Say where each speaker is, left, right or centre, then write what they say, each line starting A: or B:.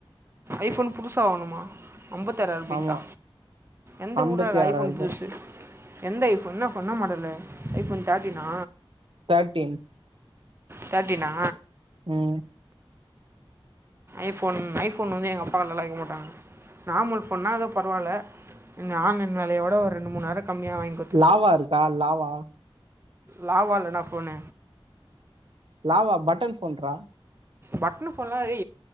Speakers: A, on the right; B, on the right.
A: ஐஃபோன் புதுசா வாங்ணுமா அம்பத்தாராயருபைய்கா
B: ஆமா
A: எந்த
B: ஐம்பத்தி
A: ஊர்ல டா
B: ஆறாயிரம்
A: ஐஃபோன்
B: ரூபாய்
A: புதுசு எந்த ஐஃபோன் இன்னா என்னா மாடலு ஐஃபோன் தேட்டினா
B: தாட்டீன்
A: தாட்டீனா
B: ம்
A: ஐஃபோன் ஐஃபோன் வந்து எங்க அப்பா வாய்ங்க மாட்டாங் நார்மல் ஃபோன்னா எதோ பர்வால்ல இந்த ஆன்லைன் வேலையோட ஒரு ரெண்டு மூணாயிரோ கம்மியா வாங்க்
B: லாவா இருக்கா லாவா
A: லாவால என்னா ஃபோன்
B: லாவா பட்டன் ஃபோன்ராா
A: பட்டனு ஃபோன்லாம் லே